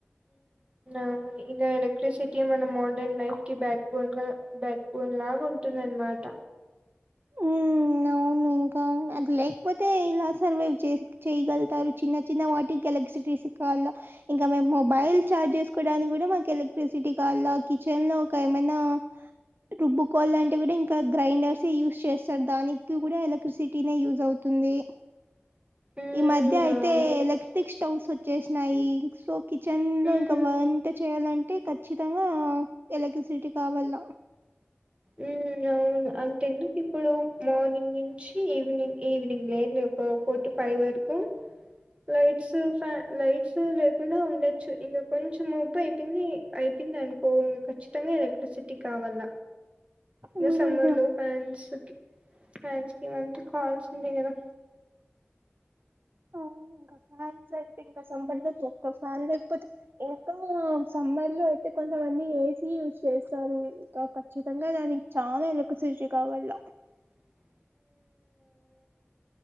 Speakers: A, on the right; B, on the right.
A: మ్ ఇది ఎలక్ట్రసిటీ మన మోడర్న్ లైఫ్ కి బ్యాక్ బోన్ బ్యాక్ బోన్ లాగా ఉంటుం దన్మాట
B: ఉమ్ అవును ఇంకా అది లేకపోతే ఎలా సర్వైవ్ చే చేయగలుగుతారు చిన్న చిన్న వాటికి ఎలక్ట్రిసిటీ ఇంకా మేము మొబైల్ చార్జ్ చేసుకోవడానికి కూడా మాకు ఎలక్ట్రిసిటీ కా కిచెన్ లో కై మైనా రుబ్బుకోవాళంటే కూడా ఇంకా గ్రైండర్స్ యూస్్ చేస్తారు దానికి కూడా ఇలక్ సిటీనే యూజ్ అవుతుంది
A: ఉమ్
B: ఈ మధ్య అయితే
A: అవును
B: ఎలక్ట్రిక్ స్టవ్స్ వచ్చేసినాయి సో కిచెన్ లో
A: ఉమ్
B: ఇంకా వంట చేయాలం టే ఖచ్చితంగా ఎలక్ట్రిసిటీ కావాల
A: మ్ అవును అంతేందుకు ఇప్పుడు మార్నింగ్ నుంచి ఈవినింగ్ ఈవినింగ్ లేదు ఫర్ టో ఫై వరకు లైట్స్ ఫ్యాన్ లైట్స్ లేకుండా ఉండొచ్చు ఇంగ కొంచెం మబ్బు అయిపోయింది అయి ప్పింద అనుకో ఇంగ ఖచ్చితంగా ఎలక్ట్రిసిటీ కావాల్ల
B: అవును,
A: ఇగ సమర్ లో పన్స్ కి ఫ్యాండ్స్ కి ఇమంత్ కావాల్సిందే కదా
B: ఆ ఇంకా ఫ్యాన్ అయితే ఇంకా సమ్మర్ లో ఒక్క ఫ్యాన్ లేకపోతే ఇంకా సమ్మర్ ఇళ్ళో అయితే కొంతమంది ఏసీ యూజ్ చేస్తారు ఇంకా ఖచ్చితంగా దానికి చాలా ఎలక్సిటీ కాల్ వళ్ళ
A: అ